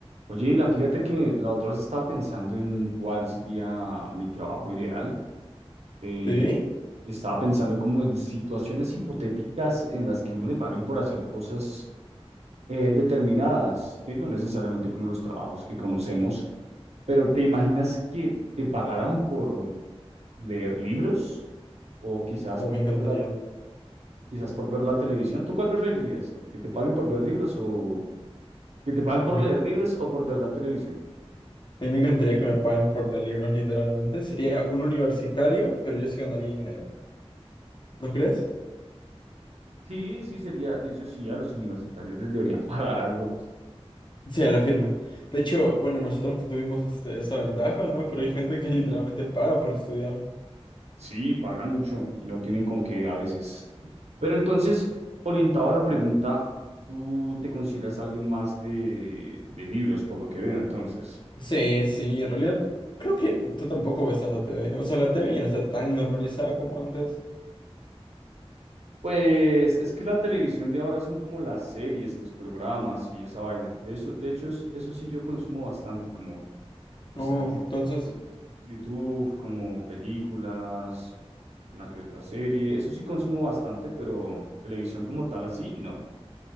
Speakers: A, on the right; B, on the left.
A: Oye, Ilan, fíjate que la otra vez estaba pensando en cuál sería mi trabajo ideal. eh,
B: Sí,
A: y estaba pensando como en situaciones hipotéticas en las que uno le paguen por hacer cosas eh, determinadas, ¿sí? No necesariamente como los trabajos que conocemos, pero ¿te imaginas que te pagaran por leer libros o quizás
B: o
A: por
B: me encantaría.
A: ver la, quizás por ver la televisión? ¿Tú cuál preferirías? ¿Que, que te paguen por ver libros o que te paguen por
B: A mí
A: leer
B: me...
A: libros o por ver la televisión?
B: A mí me encantaría que me paguen por leer libros, literalmente. Sería un universitario, pero yo sí ganaría dinero. ¿No crees?
A: Sí, sí, sería, de hecho, sí, a los universitarios les deberían <laughs> pagar algo.
B: Sí, a la firma. De hecho, bueno, nosotros tuvimos este, esa ventaja, ¿no? Pero hay gente que literalmente paga por estudiar.
A: Sí, pagan mucho y no tienen con qué a veces. Pero entonces, orientado a la pregunta, tú te consideras alguien más de, de libros, por lo que veo, entonces.
B: Sí, sí, en realidad creo que tú tampoco ves tanta T V O sea, la T V ya no está tan normalizada como antes.
A: Pues es que la televisión de ahora son como las series, los programas y esa vaina. De eso, de hecho, es- eso sí yo consumo bastante, como Quizás
B: Oh,
A: Yu-
B: entonces.
A: Yu- YouTube, como películas, una que otra serie. Eso sí consumo bastante, pero televisión como tal así, no.